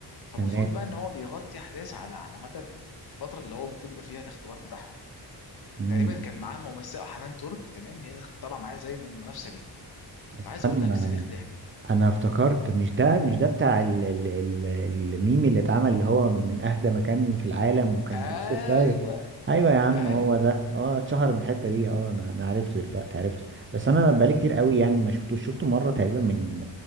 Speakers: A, on the left; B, on the right.
A: فمفروض
B: تمام
A: بقى ان هو بيغطي احداث على على مدى الفتره اللي هو المفروض يبقى فيها الاختبار بتاعهم
B: امم
A: تقريبا كان معاه ممثله حنان ترك تمام هي اللي كانت طالعه معاه زي من المنافسه ليه
B: استنى
A: فعايز اقول لك صريخ ضحك
B: انا افتكرت مش ده مش ده بتاع ال ال ال الميم اللي اتعمل اللي هو من اهدى مكان في العالم وكان
A: ايوه
B: في وسط الطيب ايوه يا عم
A: ايوه
B: هو ده اه اتشهر من الحته دي اه انا انا عرفته دلوقتي عرفته بس انا بقالي كتير قوي يعني ما شفتوش شفته مره تقريبا من